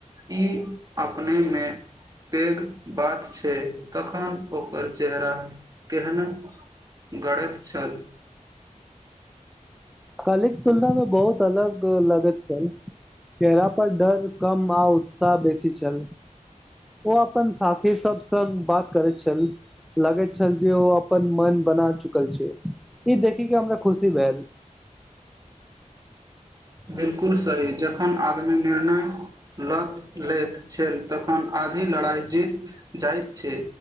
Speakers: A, on the right; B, in the centre.
A: ई अपने मे पैघ बात छै तखन ओकर चेहरा केहन गड़ैत छल
B: कलिक तुलना मे बहुत अलग लगैत छल चेहरा पर डर कम आ उत्साह बेसी छल ओ अपन साथी सब सग बात करैत छल लगैत छल जे ओ अपन मन बना चुकल छै ई देखिक के हमरा खुशी भेल
A: बिलकुल सही जखन आदमी निर्णय ल लैत छल तखन आधी लड़ाई जीत जाइत छै